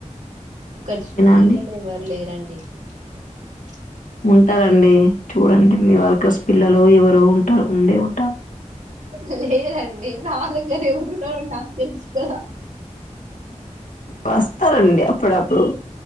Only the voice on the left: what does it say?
అండి
ఉంటారంండి చూడండి మీ వర్క పిల్లలు ఎవరు ఉంటారు ఉండే ఉ
వస్తా రండి అప్పుడప్పుడు